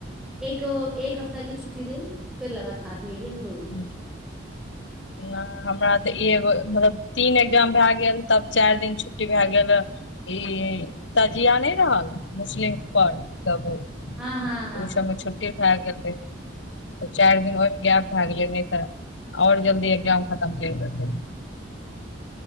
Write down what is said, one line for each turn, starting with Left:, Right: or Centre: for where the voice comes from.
Centre: को एक हफ्ता के छुट्टी देल फेर लगातार भए गेल दो।
Left: हु। ना हमरा तऽ एगो मतलब तीन एग्जाम भए गेल तब चारि दिन छुट्टी भए गेल। ई तजिया नहि रहल मुस्लिम पर तब ओ ओम
Centre: हँ हँ हँ हँ
Left: सबमे छोट छ भए गेल रहै, चारि दिन ओहिमे गैप भए गेलै, नहि तऽ आओर जल्दी एग्जाम खतम कर देते।